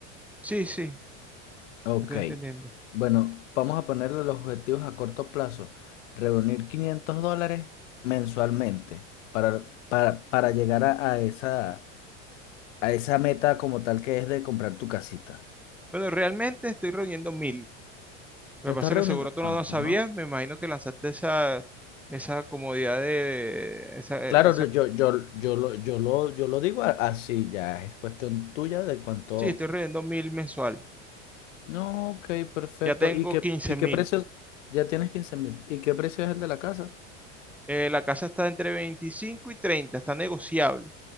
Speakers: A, in the centre; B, on the left.
A: Sí, sí,
B: Ok,
A: estoy entendiendo.
B: bueno, vamos a ponerle los objetivos a corto plazo. Reunir 500 dólares mensualmente para, para, para llegar a, a esa, a esa meta como tal que es de comprar tu casita.
A: Bueno, realmente estoy reuniendo mil. Lo
B: ¿Estás
A: que pasa
B: reuniendo?
A: es que seguro tú
B: Ajá.
A: no lo sabías, me imagino que lanzaste esa, esa comodidad de, esa,
B: Claro,
A: esa
B: no, yo, yo, yo, lo, yo, lo, yo lo digo a- así ya, es cuestión tuya de cuánto.
A: Sí, estoy reuniendo mil mensual.
B: No, ok, perfecto.
A: Ya tengo
B: ¿Y qué,
A: quince
B: y
A: mil.
B: qué precio? Ya tienes quince mil. ¿Y qué precio es el de la casa?
A: Eh, la casa está entre 25 y 30, está negociable.